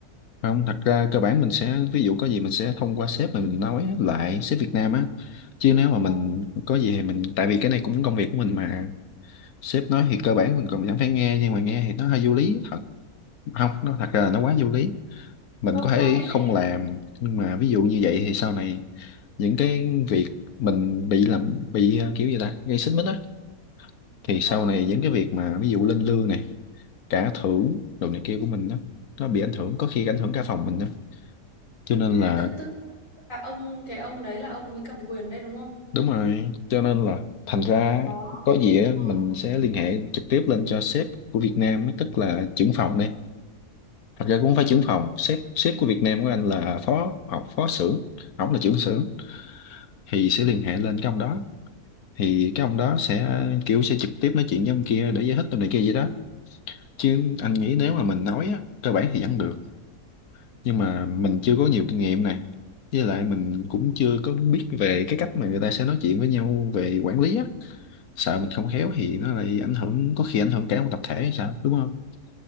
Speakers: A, on the left (about 70°); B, on the left (about 55°).
A: không thật ra cơ bản mình sẽ ví dụ có gì mình sẽ thông qua sếp mà mình nói lại sếp Việt Nam á chứ nếu mà mình
B: vâng
A: có gì thì mình tại vì cái này cũng công việc của mình mà sếp nói thì cơ bản mình còn chẳng phải nghe nhưng mà nghe thì nó hơi vô lý thật không nó thật ra là nó quá vô lý mình
B: đúng
A: có thể
B: rồi em em
A: không làm
B: em-
A: nhưng mà ví dụ như vậy thì sau này những cái việc mình bị làm bị ờ, kiểu gì ta gây xích mích á thì sau
B: vâng
A: này những cái việc mà ví dụ lên lương này cả thưởng đồ này kia của mình đó nó bị ảnh hưởng có khi ảnh hưởng cả phòng mình đó cho nên
B: à
A: là
B: tức tức tức là ông cái ông đấy là ông ấy cầm quyền đây đúng không
A: Đúng rồi, cho nên là thành ra
B: có
A: có gì á,
B: Rồi.
A: mình sẽ liên hệ trực tiếp lên cho sếp của Việt Nam á, tức là trưởng phòng đây. Thật ra cũng không phải
B: Ờ,
A: trưởng phòng, sếp sếp của Việt Nam của anh là phó phó, phó xưởng, ổng là trưởng xưởng thì sẽ liên hệ lên cái ông đó. Thì cái ông đó sẽ kiểu sẽ trực tiếp nói chuyện với ông kia để giải thích tụi này kia vậy đó. Chứ anh nghĩ nếu mà mình nói á, cơ bản thì vẫn được, nhưng mà mình chưa có nhiều kinh nghiệm này. Với lại mình cũng chưa có biết về cái cách mà người ta sẽ nói chuyện với nhau về quản lý á sợ mình không
B: ờ,
A: khéo thì nó lại ảnh hưởng có khi ảnh hưởng cả một tập thể hay sao đúng không